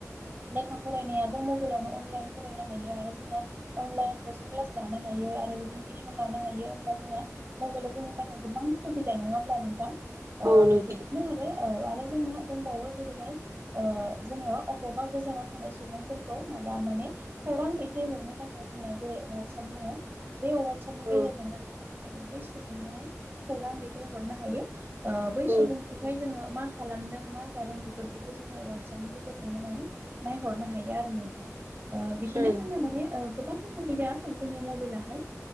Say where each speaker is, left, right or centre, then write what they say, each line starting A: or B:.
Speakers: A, on the right; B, on the right.
A: लेखा फरायनायाबो मबाइलावनो अनलाइन फरायनो हायो आरो जोंना अनलाइन कसिं क्लास लानो हायो आरो बिदिनो टिउसन लानो हायो। ओमब्ला जोंना मबेला जोंनि थाखाय गोबां खुबिदा नङा होब्ला नोंथां ओ
B: औ नोंथां
A: बिदिनो आरो। औ आरो जोंना दंबावो जेरैहाय। ओ जोङो अबावबा गोजानाव थानाय सुबुंफोरखौ माबा माने। खौरां दैथायहरनो थाखाय जोंना जेरै अ'वाट साप दङ। बे अ'वाट सापनि
B: औ
A: गेजेरजोंनो जोङो। ओ बै सुबुंनानै खौरां दैथायहरनो हायो। ओ बै
B: औ
A: सुबुंखौ फाय जोङो मा खालामदों मा जादों बेफोरखौबो जोङो अ'वाट सापनि गेजेरजोंनो माने नायहरनो हायो आरो नोंथां ओ बिदिनो
B: औ
A: जोंना माने ओ गोबां सुबुबिदा जोंनि मबाइलाहाय